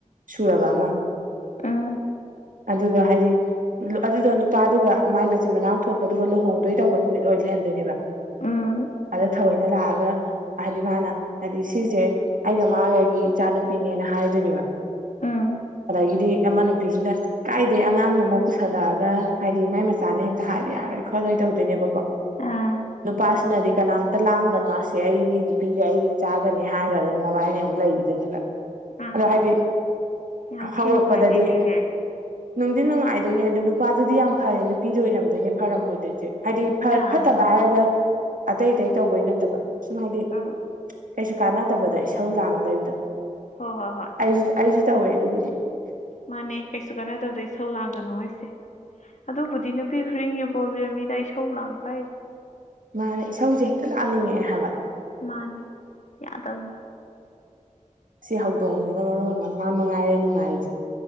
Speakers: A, on the right; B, on the left.
A: ꯁꯨꯔꯕ ꯑꯃ
B: ꯎꯝ
A: ꯑꯗꯨꯒ ꯍꯥꯏꯗꯤ ꯑꯗꯨꯗꯣ ꯅꯨꯄꯥꯗꯨꯒ ꯃꯥꯏ ꯃꯆꯤꯟ ꯃꯅꯥꯎ ꯊꯣꯛꯄꯗꯨꯒ ꯂꯨꯍꯣꯡꯗꯣꯏ ꯇꯧꯕ ꯅꯨꯃꯤꯠ ꯑꯣꯏ ꯂꯩꯔꯝꯗꯣꯏꯅꯦꯕ꯫
B: ꯎꯝ
A: ꯑꯗ ꯊꯑꯣꯏꯅ ꯂꯥꯛꯑꯒ ꯍꯥꯏꯗꯤ ꯃꯥꯅ ꯍꯥꯏꯗꯤ ꯁꯤꯁꯦ ꯑꯩꯒ ꯃꯥꯒꯒꯤ ꯏꯆꯥꯅꯨꯄꯤꯅꯦꯅ ꯍꯥꯏꯗꯣꯏꯅꯦꯕ
B: ꯎꯝ
A: ꯑꯗꯩꯗꯤ ꯑꯃ ꯅꯨꯄꯤꯖꯤꯅ ꯀꯥꯏꯗꯩ ꯑꯉꯥꯡꯅꯣꯃ ꯄꯨꯁꯜꯂꯛꯑꯒ ꯍꯥꯏꯗꯤ ꯃꯥꯏ ꯃꯆꯥꯅꯦ ꯍꯦꯛꯇ ꯍꯥꯏꯕ ꯌꯥꯔꯣꯏ ꯈꯣꯠꯂꯣꯏ ꯇꯧꯗꯣꯏꯅꯦꯕꯀꯣ꯫
B: ꯑꯥ
A: ꯅꯨꯄꯥꯁꯤ ꯅꯗꯤ ꯀꯅꯥꯝ ꯇ ꯂꯥꯡꯒꯅꯣ ꯑꯁꯤ ꯑꯩꯒꯤ ꯅꯨꯄꯤꯒ ꯑꯩꯒꯤ ꯏꯆꯒꯅꯤ ꯍꯥꯏꯔꯒ ꯑꯗꯨꯝ ꯃꯕꯥꯏꯅꯤ ꯑꯃꯨꯛ ꯂꯩꯈꯤꯗꯣꯏꯅꯦꯕ꯫
B: ꯑꯥ
A: ꯑꯗꯣ ꯍꯥꯏꯗꯤ
B: ꯌꯥꯝ
A: ꯍꯧꯔꯛꯄꯗꯗꯤ꯫
B: ꯊꯤ ꯅꯨꯡꯉꯥꯏꯗꯣꯏꯅꯤꯅꯦ
A: ꯅꯨꯡꯗꯤ ꯅꯨꯡꯉꯥꯏꯗꯣꯏꯅꯦ ꯑꯗꯣ ꯅꯨꯄꯥꯗꯨꯗꯤ ꯌꯥꯝ ꯐꯔꯦ ꯅꯨꯄꯤꯗꯨ ꯑꯣꯏꯔꯝꯗꯣꯏꯅꯦ ꯐꯔꯝꯃꯣꯏꯗꯣꯏ ꯍꯥꯏꯗꯤ
B: ꯑꯥ
A: ꯐꯠꯇꯕ ꯍꯥꯏꯔꯒ ꯑꯇꯩ ꯑꯇꯩ ꯇꯧꯕꯩ ꯅꯠꯇꯕ ꯁꯨꯝ ꯍꯥꯏꯗꯤ꯫
B: ꯎꯝ
A: ꯀꯩꯁꯨ ꯀꯥꯟꯅꯗꯕꯗ ꯏꯁꯧ ꯂꯥꯡꯉ ꯂꯩꯕꯗꯣ
B: ꯍꯣꯏ ꯍꯣꯏ ꯍꯣꯏ꯫
A: ꯑꯩ ꯑꯩꯁꯨ ꯇꯧꯋꯦ ꯑꯗꯨꯕꯨꯗꯤ
B: ꯃꯥꯅꯦ ꯀꯩꯁꯨ ꯀꯥꯟꯅꯗꯕꯗ ꯏꯁꯧ ꯂꯥꯡꯒꯅꯣ ꯍꯥꯏꯖꯦ꯫ ꯑꯗꯨꯕꯨꯗꯤ ꯅꯨꯄꯤ ꯈꯨꯗꯤꯡꯒꯤ ꯄ꯭ꯔꯣꯕ꯭ꯂꯦꯝꯅꯤꯗ ꯏꯁꯧ ꯂꯥꯡꯕ ꯍꯥꯏꯁꯦ
A: ꯃꯥꯅꯦ ꯏꯁꯧꯁꯦ ꯍꯦꯛꯇ ꯂꯥꯛꯅꯤꯡꯉꯛꯑꯦ ꯍꯥꯏꯕ
B: ꯃꯥꯅꯦ ꯌꯥꯗꯕꯅꯤ
A: ꯁꯤ ꯍꯧꯗꯣꯡꯖꯤꯅ ꯃꯔꯣꯟ ꯑꯃ ꯃꯥ ꯃꯉꯥꯏꯔꯦ ꯅꯨꯡꯉꯥꯏꯔꯤꯖꯦ꯫